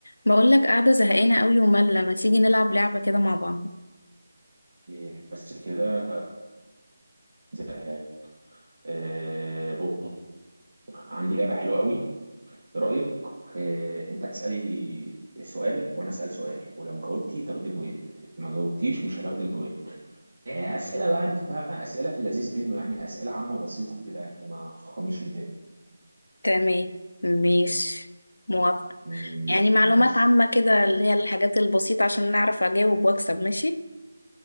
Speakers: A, on the left; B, on the right.
A: بقول لك قاعدة زهقانة قوي وملة ما تيجي نلعب لعبة كده مع بعض
B: إيه، بس كده زهقان إيه، بص، عندي لعبة حلوة قوي إيه رأيك إيه، انت هتسألي سؤال وانا أسأل سؤال ولو جاوبتي تاخدي بوينت ما جاوبتيش مش هتاخدي البوينت إيه، أسئلة بقى انت فاهمة أسئلة في اللذيذ منه يعني أسئلة عامة بسيطة كده يعني ما تفخميش الدنيا
A: تمام ماشي موافقة
B: مم،
A: يعني معلومات
B: ماشي
A: عامة كده اللي هي الحاجات البسيطة عشان نعرف أجاوب وأكسب ماشي